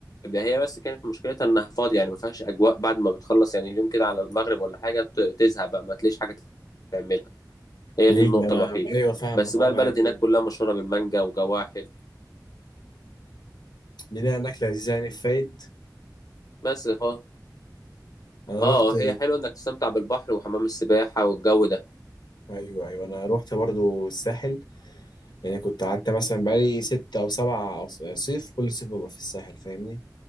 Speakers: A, on the left (about 55°); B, on the left (about 85°).
A: بيها هي بس كانت مشكلتها انها فاضيه يعني ما فيهاش اجواء بعد ما بتخلص يعني اليوم كده على المغرب ولا حاجه ت- تزهق بقى ما تلاقيش حاجه تعملها هي
B: ليه
A: دي النقطة
B: أنا
A: الوحيدة
B: أيوه فاهم
A: بس
B: أه
A: بقى البلد
B: يعني
A: هناك كلها مشهورة بالمانجا وجواحل
B: لينا أكلة لذيذة يعني في فايد
A: بس هو
B: أنا
A: اه
B: رحت
A: هي حلوة انك تستمتع بالبحر وحمام السباحة والجو ده
B: أيوه أيوه أنا رحت برضه الساحل يعني كنت قعدت مثلا بقالي ست أو سبع أص- صيف كل صيف ببقى في الساحل فاهمني